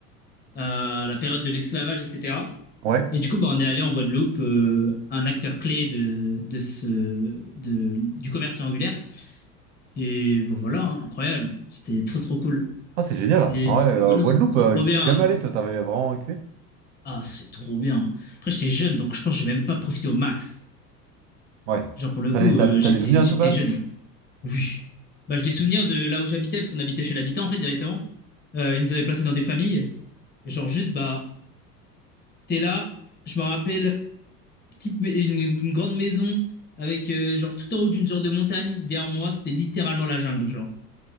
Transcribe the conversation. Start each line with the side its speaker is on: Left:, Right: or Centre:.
Left: à la période de l'esclavage, etc.
Right: Ouais.
Left: Et du coup, bah, on est allé en Guadeloupe, euh, un acteur clé de, de ce, de, du commerce triangulaire. Et bon, voilà, hein, incroyable. C'était trop, trop cool.
Right: Ah, c'est génial.
Left: C'est
Right: En
Left: la
Right: vrai, euh,
Left: Guadeloupe,
Right: Guadeloupe,
Left: c'était trop,
Right: euh,
Left: trop
Right: j'y
Left: bien.
Right: suis jamais
Left: C'est-
Right: allé. Toi, t'avais vraiment kiffé?
Left: Ah, c'est trop bien. Après, j'étais jeune, donc je pense que j'ai même pas profité au max.
Right: Ouais.
Left: Genre, pour le
Right: T'as
Left: coup,
Right: des, t'as,
Left: euh,
Right: t'as
Left: j'étais,
Right: des souvenirs et
Left: j'étais
Right: tout quand
Left: jeune.
Right: même?
Left: Oui. Bah, j'ai des souvenirs de là où j'habitais, parce qu'on habitait chez l'habitant, en fait, directement. Euh, ils nous avaient placés dans des familles. Et genre, juste, bah, t'es là. Je me rappelle, petite, mais- une, une grande maison avec, euh, genre, tout en haut d'une genre de montagne. Derrière moi, c'était littéralement la jungle, genre.